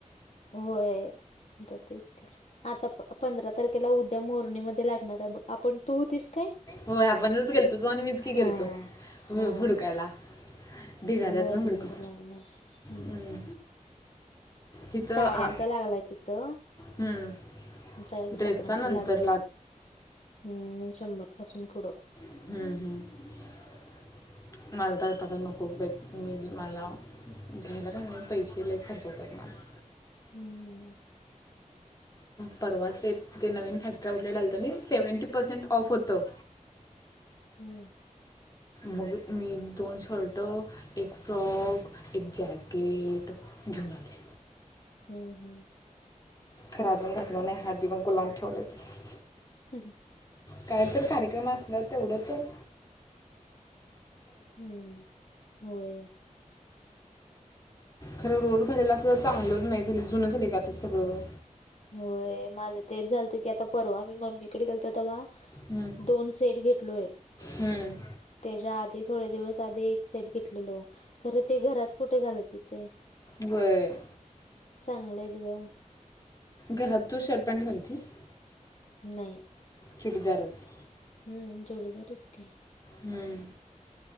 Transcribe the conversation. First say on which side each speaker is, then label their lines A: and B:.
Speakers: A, on the left (about 55°); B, on the left (about 25°).
A: व्हयं. आता तेच काय कि आता पंधरा तारखेला उद्या मोरणीमध्ये लागणार आहे बघ आपण तू होतीस काय
B: होय आपणच गेलतो तु आणि मीचकी
A: हा
B: गेलतो हु
A: हा
B: हुडकायला. ढिगार्यातनं
A: ते मोरणीमध्ये
B: हुडकू
A: लागणार आहे.
B: हम्म. हिथं
A: साड्यांचा
B: आ
A: लागलाय तिथं.
B: हम्म.
A: जायाचं
B: ड्रेसचा
A: कपड्यांच
B: नंतर
A: लागणार हम्म शंभर पासून पुढं.
B: हम्म हम्म मला तर आता काय नकोत बाई मि मला घ्यायला काय
A: हम्म
B: नाई पैसे लय खर्च होत्यात माझं.
A: हम्म हम्म.
B: परवाच ते ते नवीन फॅक्टरी आऊट लेट आलतं नाई आणि सेव्हंटी पर्सेंट ऑफ होतं.
A: हम्म.
B: मग मी दोन शर्ट, एक फ्रॉक एक जॅकेट घेऊन आलोय.
A: हम्म हम्म.
B: खरं अजून घातलो नाही हळदी कुंकु लावून ठेवलोय तसचं.
A: हं हं.
B: काय तर कार्यक्रम असल्यावर तेवढचं
A: हम्म होय.
B: खरं रोज घालायला असं चांगलचं नाई झाल्यात जुनं झालयं गं आता सगळं.
A: होय माझं तेच झालतं की आता परवा मी मम्मीकडं गेलतो तवा
B: हम्म.
A: दोन सेट घेतलोय.
B: हम्म.
A: त्याच्या आधी थोडे दिवस आधी एक सेट घेतलेलो खरं ते घरात कुठं घालायचं हुतयं.
B: व्हयं.
A: चांगल आहेत गं.
B: घरात तू शर्ट पॅन्ट घालतीस?
A: नाही.
B: चुडिदारचं.
A: हम्म चुडीदारचं की.
B: हम्म.